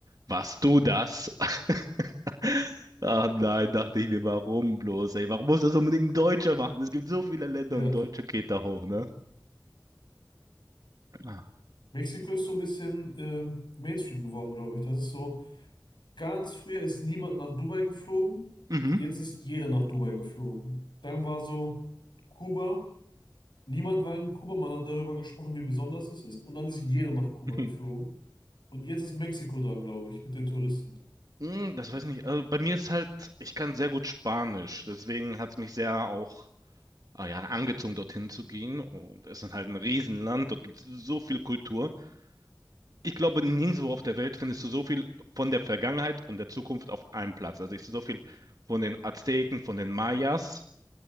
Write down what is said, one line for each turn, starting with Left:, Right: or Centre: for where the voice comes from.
Right: warst du das? <laughs> Ach nein, dachte ich mir, warum bloß, ey? Warum muss das unbedingt ein Deutscher machen? Es gibt so viele Länder
Left: ja.
Right: und Deutsche geht da hoch, ne? Ah.
Left: Mexiko ist so ein bisschen ähm, Mainstream geworden, glaube ich. Das ist so, ganz früher ist niemand nach Dubai geflogen
Right: Mhm.
Left: und jetzt ist jeder nach Dubai geflogen. Dann war so Kuba, niemand war in Kuba, man hat darüber gesprochen, wie besonders es ist und dann ist jeder nach
Right: <laughs>
Left: Kuba geflogen. Und jetzt ist Mexiko dran, glaube ich, mit den Touristen.
Right: Hm, Das weiß ich nicht. Also bei mir ist halt, ich kann sehr gut Spanisch, deswegen hat es mich sehr auch ah ja, angezogen, dorthin zu gehen. Und es ist halt ein Riesenland, dort gibt es so viel Kultur. Ich glaube, nirgendwo auf der Welt findest du so viel von der Vergangenheit und der Zukunft auf einem Platz. Also ich sehe so viel von den Azteken, von den Mayas